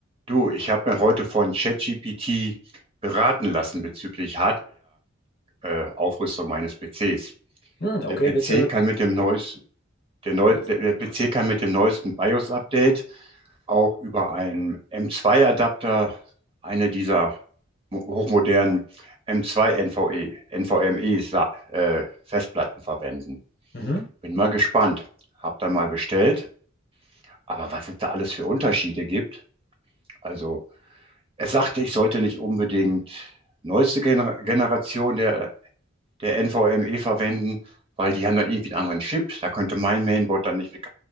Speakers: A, on the right; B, on the left.
A: Du, ich habe mir heute von ChatGPT beraten lassen bezüglich Hardware-Aufrüstung meines PCs.
B: Hm, okay,
A: Der PC
B: willst du,
A: kann mit dem neues, der, neu,
B: willst
A: der, der PC
B: Was ist
A: kann mit dem neuesten BIOS-Update auch über einen M2-Adapter eine dieser mo- hochmodernen M2 NVE, NVMe Sa- äh, Festplatten verwenden.
B: Mhm.
A: Bin mal gespannt. Hab dann mal bestellt. Aber was es da alles für Unterschiede gibt, also Er sagte, ich sollte nicht unbedingt neueste Gener Generation der, der NVMe verwenden, weil die haben dann irgendwie einen anderen Chip. Da könnte mein Mainboard dann nicht mit,